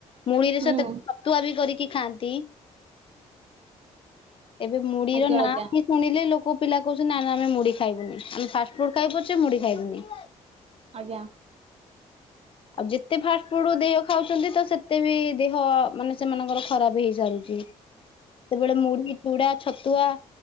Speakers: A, on the left (about 40°); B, on the right (about 45°).
A: ମୁଢିରେ
B: ହୁଁ
A: ସେତେ ତୁଆ ବି କରିକି ଖାଆନ୍ତି ଏବେ ମୁଢିର
B: ଆଜ୍ଞା
A: ନାଁ
B: ଆଜ୍ଞା
A: ଶୁଣିଲେ ଲୋକ ପିଲା କହୁଛନ୍ତି ନା ନା ଆମେ ମୁଢି ଖାଇବୁନି ଆମେ ଫାଷ୍ଟ ଫୁଡ ଖାଇବୁ ପଛେ ମୁଢି ଖାଇବୁନି।
B: ଆଜ୍ଞା।
A: ଆଉ ଯେତେ ଫାଷ୍ଟ ଫୁଡ ଅଧିକ ଖାଉଛନ୍ତି ତ ସେତେ ବି ଦେହ ମାନେ ସେମାନଙ୍କର ଖରାପ ହେଇସାରୁଛି ସେତେବେଳେ ମୁଢି, ଚୁଡା, ଛତୁଆ,